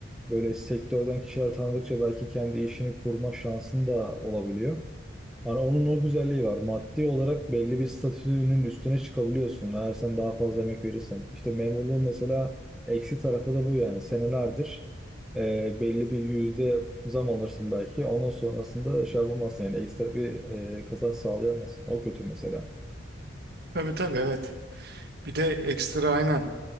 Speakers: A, in the centre; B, on the right (about 50°).
A: Böyle sektörden kişiler tanıdıkça belki kendi işini kurma şansın da olabiliyor. Hani onun o güzelliği var. Maddi olarak belli bir statünün üstüne çıkabiliyorsun. Eğer sen daha fazla emek verirsen. İşte memurluğun mesela eksi tarafı da bu yani. Senelerdir e, belli bir yüzde zam alırsın belki. Ondan sonrasında şey yapamazsın yani. Ekstra bir e, kazanç sağlayamazsın. O kötü mesela.
B: Tabii tabii evet. Bir de ekstra aynen.